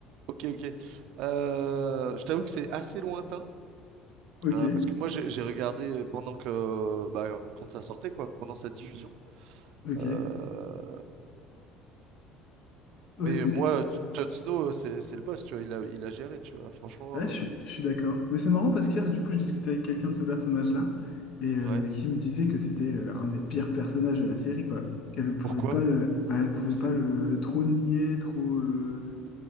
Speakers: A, on the right; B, on the left.
A: ok, ok. Euh, je t'avoue que c'est assez lointain.
B: Ok,
A: euh, parce que moi, j'ai j'ai regardé pendant que. Bah, quand ça sortait, quoi, pendant sa diffusion.
B: ok.
A: Euh, Mais
B: Ouais, c'est.
A: moi, J- Jon Snow, euh, c'est c'est le boss, tu vois. Il a, il a géré, tu vois. Franchement,
B: Ouais, je, suis
A: euh,
B: je suis d'accord. Mais c'est marrant parce qu'hier, du coup, je discutais avec quelqu'un de ce personnage-là et euh,
A: ouais.
B: qui me disait que c'était euh, un des pires personnages de la série, quoi. Qu'elle ne pouvait
A: Pourquoi?
B: pas, euh, bah, elle pouvait
A: C'est-
B: pas le trop nier, trop, euh,